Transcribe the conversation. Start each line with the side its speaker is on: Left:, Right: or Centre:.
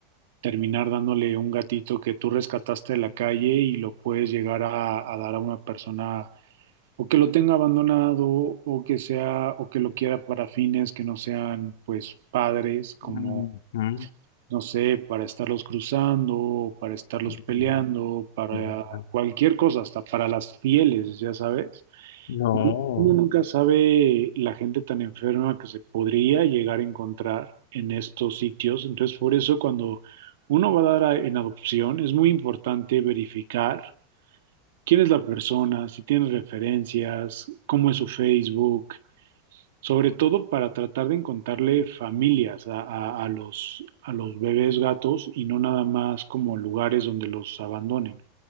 Right: terminar dándole un gatito que tú rescataste de la calle y lo puedes llegar a, a dar a una persona o que lo tenga abandonado o que sea o que lo quiera para fines que no sean pues padres como
Left: mm, mm,
Right: no sé, para estarlos cruzando, para estarlos
Left: mm,
Right: peleando, para
Left: mm,
Right: cualquier cosa, hasta para las fieles, ya sabes.
Left: no.
Right: Uno nunca sabe la gente tan enferma que se podría llegar a encontrar en estos sitios. Entonces, por eso cuando uno va a dar a- en adopción, es muy importante verificar quién es la persona, si tiene referencias, cómo es su Facebook, sobre todo para tratar de encontrarle familias a, a- a los, a los bebés gatos y no nada más como lugares donde los abandonen.